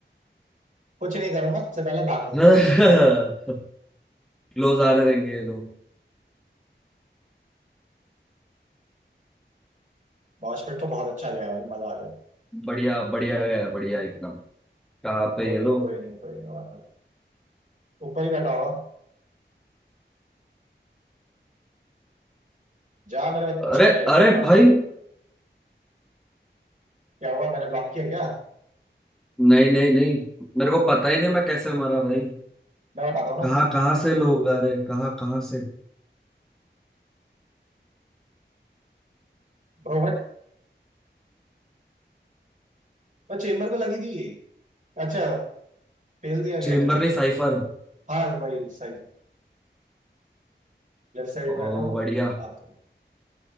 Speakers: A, on the right (about 45°); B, in the centre.
A: कुछ नहीं करूंगा सबसे पहले भागूंगा
B: <laughs> क्लोज आ रहे रहेंगे ये लोग
A: मॉशपिट तो बहुत अच्छा गया भाई मजा आ गया
B: बढ़िया बढ़िया है बढ़िया एकदम कहाँ पे
A: कोई
B: ये
A: नहीं
B: लोग
A: है कोई नहीं है कोई नहीं बात है ऊपर ही बैठा होगा जा मेरे बच्चे
B: अरे अरे
A: ब्लॉक
B: भाई
A: कर दो क्या हुआ मैंने ब्लॉक किया क्या
B: नहीं नहीं नहीं मेरे को पता ही नहीं मैं कैसे मरा भाई
A: मैं बताता हूँ ना
B: कहाँ कहाँ से लोग आ रहे कहाँ कहाँ से
A: रोबोट और चेम्बर को लगी थी अच्छा फेल दिया गया
B: चेम्बर
A: चेम्बर
B: नहीं साइफर
A: हाँ वही सही लेफ्ट साइड
B: ओ
A: में है ना
B: बढ़िया
A: हाँ,